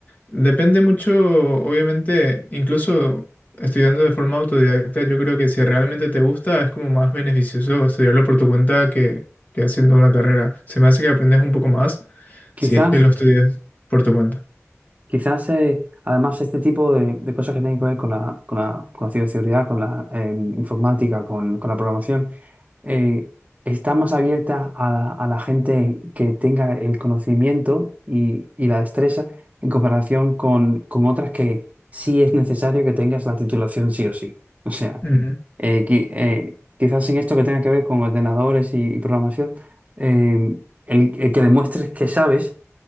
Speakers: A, on the left; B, on the right.
A: Depende mucho, obviamente, incluso estudiando de forma autodidacta, yo creo que si realmente te gusta es como más beneficioso estudiarlo por tu cuenta que, que haciendo una carrera. Se me hace que aprendes un poco más
B: Quizás...
A: si es que lo estudias por tu cuenta.
B: Quizás, eh, además, este tipo de, de cosas que tienen que ver con la, con la, con la ciberseguridad, con la eh, informática, con, con la programación, eh, está más abierta a, la a la gente que tenga el conocimiento y, y la destreza en comparación con, con otras que sí es necesario que tengas la titulación sí o sí. O sea,
A: Ujú.
B: eh, qui- eh, quizás en esto que tenga que ver con ordenadores y, y programación, eh, el el que demuestres que sabes